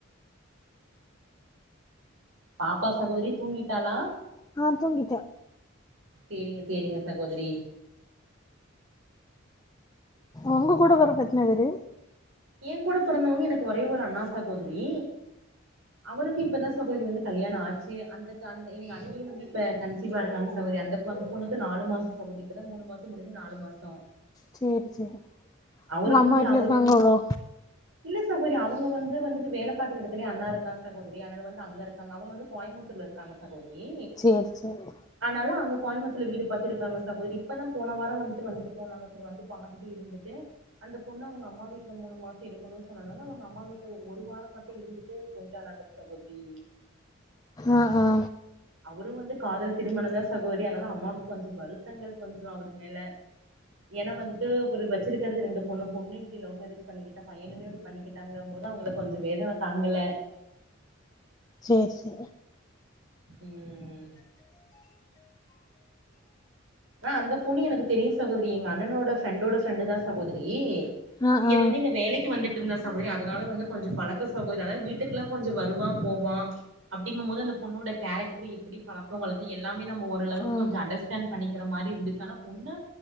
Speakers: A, on the right; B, on the left.
A: பாப்பா சகோதுரி தூங்கிட்டாளா
B: ஆ தூங்கிட்டா
A: சேரிங்க சேரிங்க சகோதுரி
B: ஒங்க கூட பெறப்பு எத்ன பேரு
A: ஏ கூட பிறந்தவுங்க எனக்கு ஒரே ஒரு அண்ணா சகோதுரி அவருக்கு இப்பதா சகோதரி வந்து கல்யாண ஆச்சு அந்தக்கு அந்த எங்க அண்ணியு வந்து இப்ப கன்சீவா இருக்காங்க சகோதிரி அந்தக்கு அந்த பொண்ணுக்கு நாலு மாச சகோதுரி இப்ப தா மூணு மாச முடிஞ்சு நாலு மாசோ
B: சேரி சேரி
A: அவரு
B: ஒங்க அம்மா
A: வந்து
B: வீட்ல
A: அவரு
B: இருக்காங்களோ
A: வந்து இல்ல சகோத்ரி அவுங்க வந்து வந்துட்டு வேல பாக்குற எடத்துலே அண்ணா இருக்கா சகோதிரி அத்னால வந்து அங்க இருக்காங்க அவுங்க வந்து கோயபுத்தூர்ல இருக்காங்க சகோதுரி
B: சேரி சேரி
A: ஆனாலு அங்க கோயம்புத்தூர்ல வீடு பாத்து இருக்காங்க சகோதிரி இப்பதா போன வார வந்துட்டு வந்துட்டு போனாங்க சரி வந்து பா ந்து இருந்துட்டு அந்த பொண்ணு அவுங்க அம்மா வீட்ல மூணு மாச இருக்கணு சொன்னத்னால அவுங்க அம்மா வீட்ல ஒரு ஒரு வார மட்டு இருந்துட்டு போய்ட்டாலாட்டுக்கு சகோத்ரி
B: அ அ
A: அவரு வந்து காதல் திருமணமந்தா சகோத்ரி அத்னால அம்மாக்கு கொஞ்ச வருத்தங்கள் கொஞ்சோ அவுர் மேல ஏனா வந்துட்டு ஒரு வச்சுர்க்கற்து ரெண்டு பொண்ணு பொண்ணு இப்டி லவ் மேரேஜ் பண்ணிக்கிட்ட பையனுமோ இப்டி பண்ணிக்கிட்டாங்க மோது அவுங்களுக்கு கொஞ்ச வேதன தாங்கல
B: சேர் சே
A: ம் அ அந்த பொண்ணு எனக்கு தெரியு சகோத்ரி எங்க அண்ணனோட ஃப்ரெண்டோட ஃப்ரெண்டு தா சகோத்ரி
B: ஆ
A: இங்க
B: ஆ
A: வந்து இங்க வேலைக்கு வந்து இர்ந்தா சகோத்ரி அதுனால வந்து கொஞ்ச பழக்க சகோத்ரி அனால வீட்டுக்லா கொஞ்ச வருவா போவா அப்டிங்கும்போது அந்த பொண்ணோட கேரக்ட்ரு எப்புடி பழக்க வழக்க எல்லாமே நம்ம ஓரளவுக்கு
B: ஆ
A: கொஞ்ச அண்டர்ஸ் பண்ணிக்கிற மாரி இருந்துச்சு ஆனா பொண்ணு